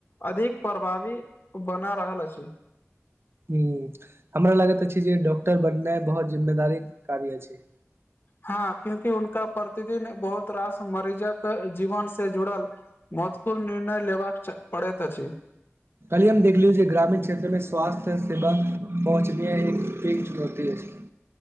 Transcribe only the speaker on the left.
अधिक प्रभावी बना रहल अछि
हँ क्यूंकि उनका प्रतिदिन बहुत रास मरीजक जीवन से जुड़ल महत्वपूर्ण निर्णय लेबाक पड़ैत अछि